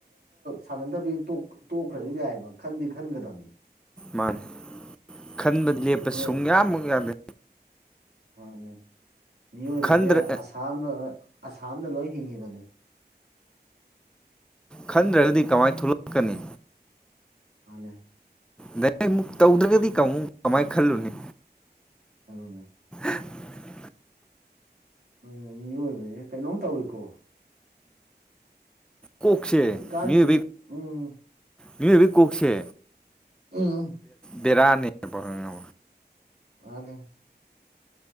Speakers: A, on the right; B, in the centre.
A: ꯁꯥꯟꯅꯗꯕꯤ ꯇꯣꯛꯈ꯭ꯔꯁꯨ ꯌꯥꯏꯑꯕ ꯈꯟꯗꯤ ꯈꯟꯒꯗꯕꯅꯤ
B: ꯃꯥꯅꯤ ꯈꯟꯕꯗꯤ ꯂꯦꯞꯄ
A: ꯃꯤꯑꯣꯏ
B: ꯁꯨꯡꯌꯥꯃꯨꯛ ꯌꯥꯗꯦ
A: ꯃꯥꯅꯦ ꯃꯤꯑꯣꯏꯕꯁꯦ
B: ꯈꯟꯗ꯭ꯔ
A: ꯑꯁꯥꯝꯗ ꯊꯥꯝꯗ ꯂꯣꯏ ꯍꯤꯡꯉꯤꯕꯅꯤ
B: ꯈꯟꯗ꯭ꯔꯒꯗꯤ ꯀꯃꯥꯏꯅ ꯊꯣꯛꯂꯛꯀꯅꯤ
A: ꯃꯥꯅꯦ
B: ꯅ ꯑꯃꯨꯛ ꯇꯧꯗ꯭ꯔꯒꯗꯤ ꯀꯥꯃꯨ ꯀꯃꯥꯏꯅ ꯈꯜꯂꯨꯅꯤ
A: ꯍꯜꯂꯨꯅꯦ
B: <unintelligible> <inaudible>
A: ꯎꯝ ꯃꯤꯏꯕꯁꯦ ꯀꯩꯅꯣꯝ ꯇꯧꯏꯤꯀꯣ
B: ꯀꯣꯛꯁꯦ
A: ꯍꯧꯖꯤꯛꯀꯥꯟꯁꯦ
B: ꯃꯤꯑꯣ
A: ꯎꯝ
B: ꯃꯤꯑꯣꯏꯕꯤ ꯀꯣꯛꯁꯦ
A: ꯑꯥ
B: ꯕꯦꯔꯥꯅꯤꯕꯉ
A: ꯃꯥꯅꯦ